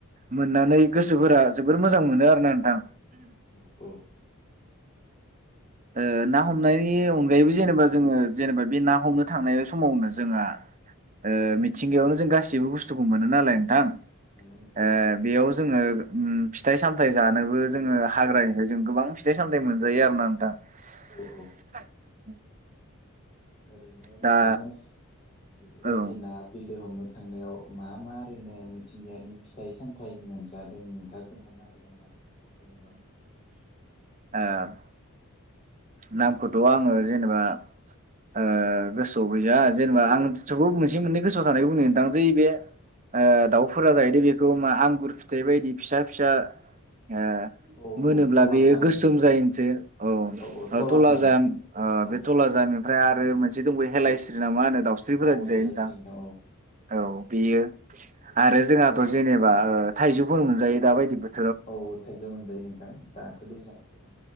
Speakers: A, on the right; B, on the left.
A: मोननानै गोसोफोरा जोबोर मोजां मोनो आरो ना नोंथां।
B: उम।
A: ओ ना हमनायनि अनगायैबो जेनेबा जोङो जेनेबा बे ना हमनो थांनाय समावनो जोंहा ओ मिथिंगायावनो जों गासिबो बुस्थुखौ मोनो नालाय नोंथां।
B: मोनो नोंथां
A: ओ बेयाव जोङो उम फिथाइ-सामथाइ जानोबो जोङो हाग्रानिफ्राय जों गोबां फिथाइ-सामथाइ मोनजायो आरोना नोंथां। <inaudible>
B: औ औ ओरैनो नोंथांमोना
A: दा
B: बेफोरबायदि
A: औ ओ
B: ना बिलो हमनो थांनायाव मा मा ओरैनो मिथिंगायानि फिथाइ-सामथाइ मोनज जादों नोंथाङा खोनथानो हागोन नामा? जेनेबा
A: <unintelligible> नामखौथ' आङो जेनेबा ओ गोसोआव गैया जेनेबा आं <unintelligible> खौ
B: औ
A: मोनसे मोननै गोसोआव थानाय बुंनो नोंथां जै बे ओ दाउ फोरा जायोदि बेखौ मा आंगुर फिथाइ बायदि फिसा-फिसा ए
B: औ
A: मोनोब्ला
B: औ तलाजाम
A: बेयो गोसोम
B: होनो बेखौ
A: जायो जे औ
B: औ तलाजाम
A: तला जाम ओ
B: औ
A: बे तला जामनिफ्राय आरो मोनसे दंबैयो हेलायस्रि नामा होनो? दाउस्रिफोरादि
B: औ
A: जायो
B: हेलायस्रि
A: नोंथां
B: औ
A: औ बेयो आरो जोंहाथ' जेनेबा ओ थाइजौफोर मोनजायो दााबायदि बोथ
B: औ थाइजौ मोनजायो नोंथां दाथ' दैज्लां बोथोर औ